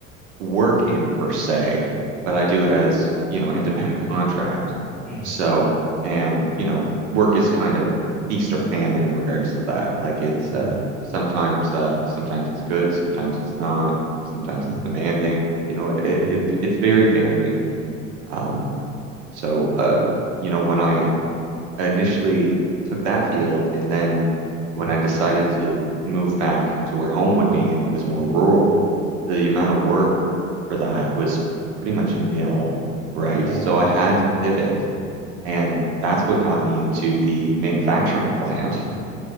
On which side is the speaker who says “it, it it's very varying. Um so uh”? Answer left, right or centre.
Right